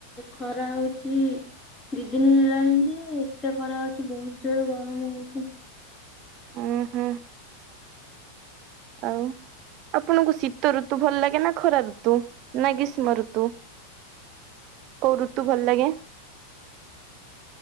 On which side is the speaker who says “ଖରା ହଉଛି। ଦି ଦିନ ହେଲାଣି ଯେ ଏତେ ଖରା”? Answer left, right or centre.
Left